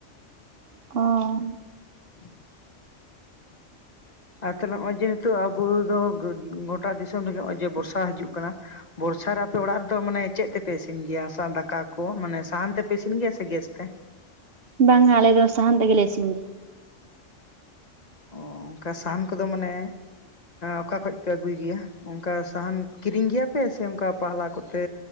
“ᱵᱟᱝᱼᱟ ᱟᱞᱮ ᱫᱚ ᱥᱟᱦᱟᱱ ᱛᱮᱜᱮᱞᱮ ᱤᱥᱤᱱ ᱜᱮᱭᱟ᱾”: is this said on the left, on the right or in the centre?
Right